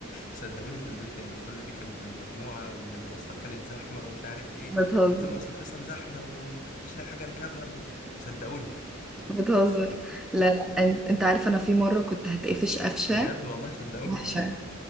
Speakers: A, on the left; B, in the centre.
A: صدقوني في البيت ان كل دي كانت المجموعه وان المواصلات كانت زحمه ومش عارف ايه
B: بتهزر
A: قلت لهم اصل فيصل زحمه وما كنتش لاقي حاجه اركبها وصدقوني
B: بتهزر لا لا أن- انت عارف انا في مره كنت هتقفش
A: <laughs>
B: قفشه
A: بجد والله صدقوني
B: وحشه